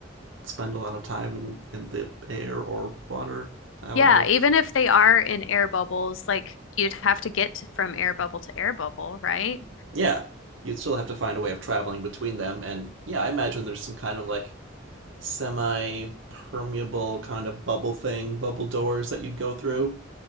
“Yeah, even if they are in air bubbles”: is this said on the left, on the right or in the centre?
Left